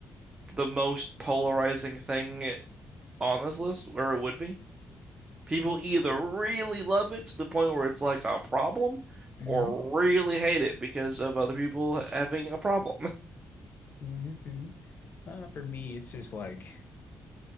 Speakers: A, on the right; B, on the left.
A: the most polarizing thing on this list, or it would be. People either really love it to the point where it's like a problem,
B: Hmm.
A: or really hate it because of other people having a problem.
B: hmm hmm Uh, for me, it's just like.